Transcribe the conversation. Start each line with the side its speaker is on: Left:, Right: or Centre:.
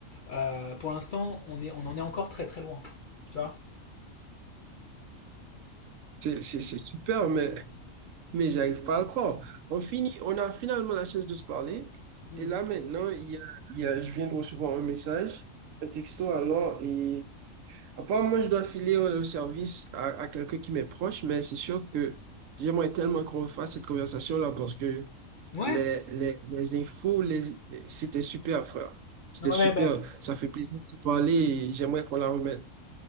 Left: euh, pour l'instant, on est, on en est encore très très loin. Tu vois?
Right: C'est c'est- c'est super, mais Mais j'arrive pas à le croire. On finit, on a finalement la chance de se parler.
Left: Hmm.
Right: Et là, maintenant, il y a- il y a- je viens de recevoir un message, un texto alors. Et apparemment, je dois filer le service à, à quelqu'un qui m'est proche, mais c'est sûr que j'aimerais tellement qu'on fasse cette conversation-là parce que
Left: Ouais,
Right: les, les, les infos, les, c'était super, frère. C'était
Left: Ouais,
Right: super.
Left: bah,
Right: Ça fait plaisir de te parler et j'aimerais qu'on la remette.